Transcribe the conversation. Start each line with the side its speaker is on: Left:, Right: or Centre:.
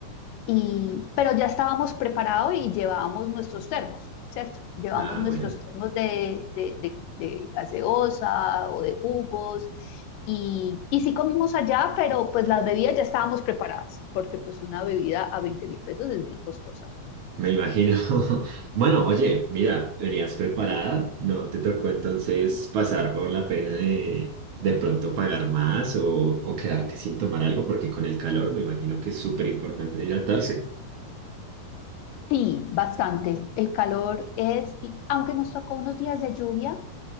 Left: Y, pero ya estábamos preparados y llevábamos nuestros termos, ¿cierto? Llevamos
Right: Ah,
Left: nuestros
Right: bueno.
Left: termos de, de, de- de gaseosa o de jugos. Y, y sí comimos allá, pero pues las bebidas ya estábamos preparadas, porque pues una bebida a veinte mil pesos es bien costosa.
Right: Me imagino. <laughs> Bueno, oye, mira, venías preparada, ¿no te tocó entonces pasar por la pena de de pronto pagar más o, o quedarte sin tomar algo? Porque con el calor me imagino que es súper importante hidratarse.
Left: Sí, bastante. El calor es, y aunque nos tocó unos días de lluvia,